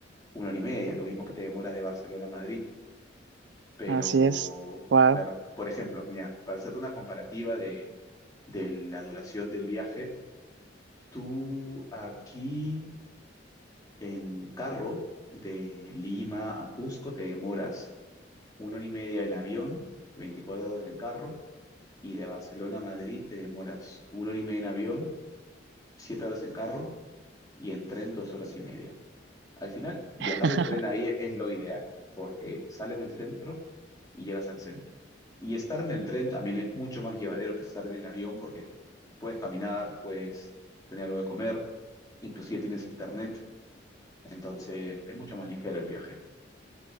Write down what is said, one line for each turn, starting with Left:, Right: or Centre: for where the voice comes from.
Left: una hora y media, lo mismo que te demoras de Barcelona a Madrid. Pero,
Right: así es. Wow.
Left: claro, por ejemplo, mira, para hacerte una comparativa de, de la duración del viaje, tú aquí en carro de Lima a Cusco te demoras una hora y media en avión, 24 horas en carro, y de Barcelona a Madrid te demoras una hora y media en avión, 7 horas en carro, y en tren 2 horas y media. Al final, viajar
Right: <laughs>
Left: en tren ahí es lo ideal, porque sales del centro y llegas al centro. Y estar en el tren también es mucho más llevadero que estar en el avión, porque puedes caminar, puedes tener algo de comer, inclusive tienes internet, entonces es mucho más ligero el viaje.